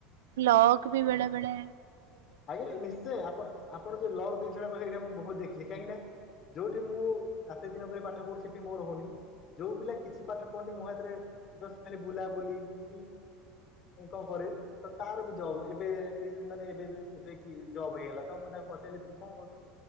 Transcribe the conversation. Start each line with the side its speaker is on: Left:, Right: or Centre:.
Right: ଲକ୍ ବି ବେଳେବେଳେ
Left: ଆଜ୍ଞା ନିଶ୍ଏ ଆପଣ ଯଉ ଲକ୍ ଜିନିଷଟା କହିଲେ ଏଇଟା ମୁଁ ବହୁତ ଦେଖିଲି କାହିଁକି ନା ଯୋଉଠି ମୁଁ ରାତି ଦିନ କରି ପାଠ ପଢୁଛି ସେଠି ମୋର ହଉନି। ଯୋଉ ପିଲା କିଛି ପାଠ ପଢ଼ୁନି ମୋ ସାଥିରେ ଜଷ୍ଟ ଖାଲି ବୁଲାବୁଲି କି କଣ କରେ ତ ତାର ବିଜୟ ହବ ଏବେ ଏଇ ମାନେ ଏବେଏବେ ଏବେ କି ଜବ୍ ହେଇଗଲା। ତ ମୁଁ ତାକୁ ପଚାରଲିି ତୁ କଣ କରୁଚୁ?